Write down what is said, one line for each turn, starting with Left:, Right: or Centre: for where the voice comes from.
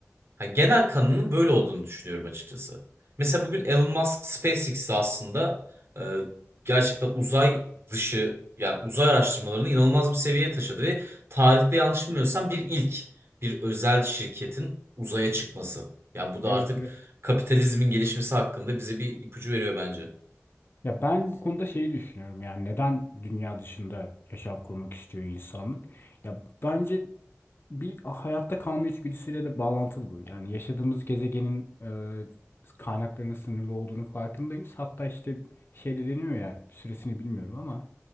Right: hani genel kanının böyle olduğunu düşünüyorum açıkçası. Mesela bugün Elon Musk SpaceX'te aslında e, gerçekten uzay dışı yani uzay araştırmalarını inanılmaz bir seviyeye taşıdı ve tarihte yanlış bilmiyorsam bir ilk bir özel şirketin uzaya çıkması. Yani bu
Left: evet,
Right: da artık
Left: evet.
Right: kapitalizmin gelişmesi hakkında bize bir ipucu veriyor bence.
Left: Ya ben bu konuda şeyi düşünüyorum yani neden dünya dışında yaşam kurmak istiyor insanlık? Ya bence Bir hayatta kalma içgüdüsüyle de bağlantılı bu. Yani yaşadığımız gezegenin e, kaynaklarının sınırlı olduğunu farkındayız. Hatta işte şey de deniyor ya süresini bilmiyorum ama